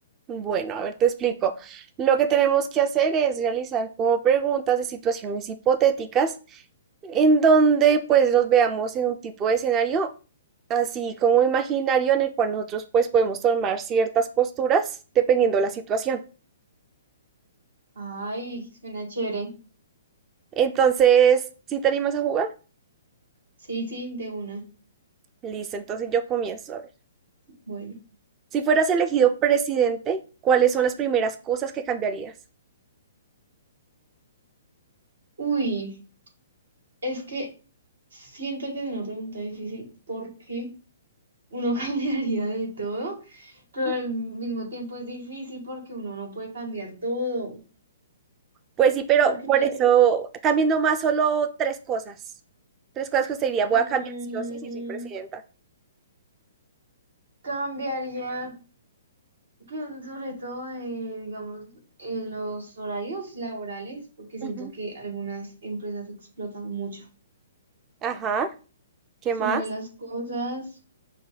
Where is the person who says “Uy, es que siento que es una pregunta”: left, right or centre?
Right